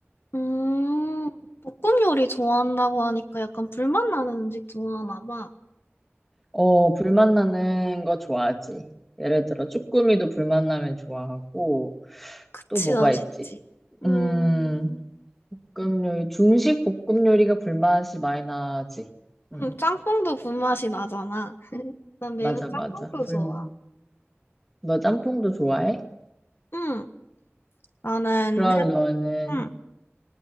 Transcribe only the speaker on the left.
음, 볶음 요리 좋아한다고 하니까 약간 불맛 나는 음식 좋아하나 봐.
그치,
맛있지.
음,
음, 짬뽕도 불맛이 나잖아. 난 매운
짬뽕도
좋아.
응, 나는,
해,
응.